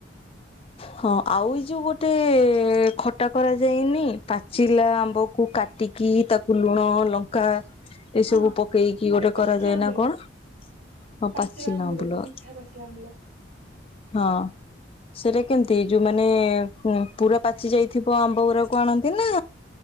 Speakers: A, on the left (about 30°); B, on the right (about 40°).
A: ହଁ ଆଉ ଏଇ ଯୋଉ ଗୋଟେ ଖଟା କରାଯାଇନି ପାଚିଲା ଆମ୍ବକୁ କାଟି କି ତାକୁ ଲୁଣ ଲଙ୍କା ଏସବୁ
B: ହଁ
A: ପକେଇକି ଗୋଟେ
B: ଏ ପାଚିଲା
A: କରାଯାଏ
B: ଆମ୍ବୁଲ
A: ନା କଣ? ହଁ
B: ପାଚିଲା ଆମ୍ୱୁଲ
A: ଆମ୍ବୁଲ
B: ଯୋଉ ମିଠା ପାଚିଲା ଆମ୍ୱୁଲ।
A: ହଁ। ସେଇଟା କେମିତି ଯୋଉମାନେ ଉ ପୁରା ପାଚି ଯାଇଥିବ ଆମ୍ବ ଗୁୁରାକୁ ଆଣନ୍ତି ନା